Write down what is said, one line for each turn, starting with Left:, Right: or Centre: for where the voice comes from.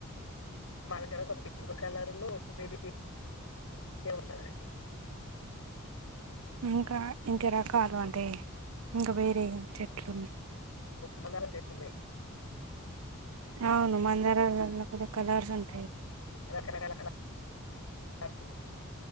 Left: మనగడ ఒక పింక్ కలర్ ను బేబ ఉన్నదండి
Right: ఇంకా ఇంక రకాలు అంటే ఇంకా వేరే చెట్లున్నా
Left: మందారం చెట్లు ఉన్నాయి
Right: అవును మందారాలలో కలర్స్ ఉంటు
Left: రకరకాల కలర్స్